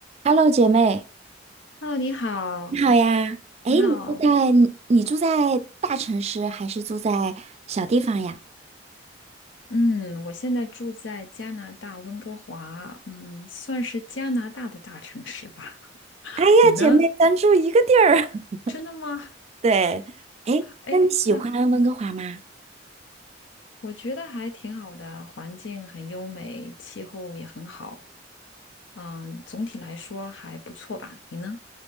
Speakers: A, on the right; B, on the left.
A: Hello，姐妹，
B: Hello，你好，
A: 你好呀。哎，
B: 你好，
A: 你住在你住在大城市还是住在小地方呀？
B: 嗯，我现在住在加拿大温哥华，嗯，算是加拿大的大城市吧。<laughs>
A: 哎呀，
B: 你呢？
A: 姐妹，咱住一个地儿。
B: 真的吗？
A: <laughs> 对，哎，
B: 哎，
A: 那你喜欢温哥华吗？
B: 那我觉得还挺好的，环境很优美，气候也很好，嗯，总体来说还不错吧。你呢？